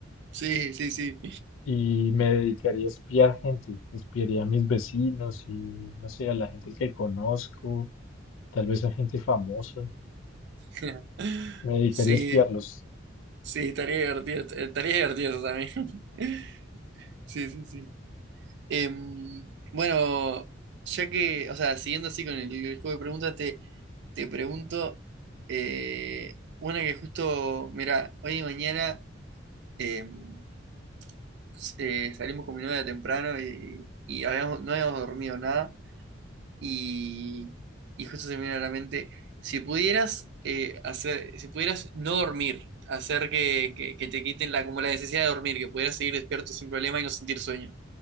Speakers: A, on the right (about 60°); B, on the left (about 80°).
A: Sí, sí, sí.
B: y me dedicaría a espiar gente, espiaría a mis vecinos y no sé, a la gente que conozco, tal vez a gente famosa,
A: <laughs>
B: me dedicaría
A: Sí,
B: a espiarlos.
A: sí, estaría divertido, estaría divertido eso también. <laughs> Sí, sí, sí. Em, bueno, ya que, o sea, siguiendo así con el, el juego de preguntas, te, te pregunto eh, una que justo, mira, hoy y mañana em, s- eh, salimos con mi novia temprano y, y habíamos- no habíamos dormido nada y, y justo se me vino a la mente, si pudieras eh, hacer, si pudieras no dormir, hacer que, que, que te quiten la, como la necesidad de dormir, que pudieras seguir despierto sin problema y no sentir sueño,